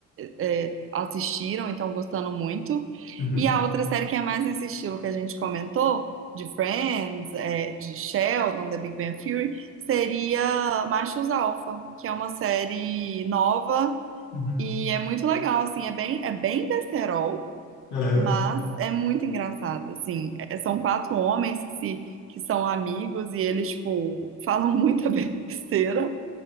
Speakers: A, on the right; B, on the left.
A: é, é, assistiram e estão gostando muito.
B: uhum,
A: E a outra série que é mais nesse estilo que a gente comentou, de Friends, é, de Sheldon, da Big Bang Theory, seria Machos Alfa, que é uma série nova
B: uhum,
A: e é muito legal, assim, é bem, é bem besterol.
B: aham.
A: Mas é muito engraçado, assim. É, são quatro homens que, se, que são amigos e eles, tipo, falam muita <laughs> besteira.